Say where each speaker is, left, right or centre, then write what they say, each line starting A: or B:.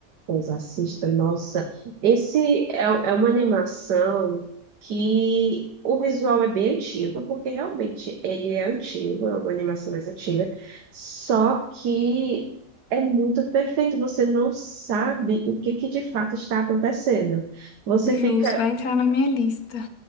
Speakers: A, on the right; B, on the left.
A: Pois assista, nossa. Esse é, é uma animação que o visual é bem antigo, porque realmente ele é antigo, é uma animação mais antiga, só que é muito perfeito, você não sabe o que, que de fato está acontecendo. Você
B: Justo,
A: fica,
B: vai entrar na minha lista.